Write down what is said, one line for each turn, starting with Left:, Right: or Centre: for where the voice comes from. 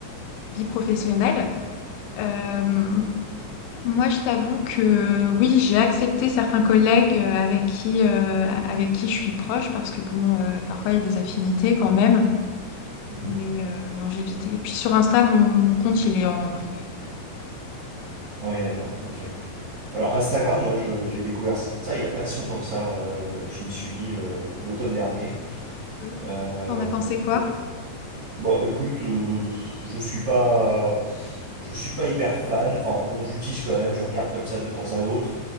Left: vie professionnelle. Euh, moi, je t'avoue que oui, j'ai accepté certains collègues euh, avec qui, euh, avec qui je suis proche, parce que bon, euh, parfois il y a des affinités quand même.
Right: Mhm.
Left: Mais euh, non, j'ai évité. Et puis sur Insta, mon, mon compte, il est en privé.
Right: Ouais, d'accord. Ok. Alors Instagram, moi je- j'ai découvert ça il y a pas si longtemps que ça. euh, je m'y suis mis euh, l'automne dernier.
Left: Oui,
Right: Euh,
Left: T'en as pensé quoi?
Right: bon, bah écoute, euh, je suis pas, je suis pas hyper fan. Enfin bon, j'utilise quand même, je regarde comme ça de temps à autre,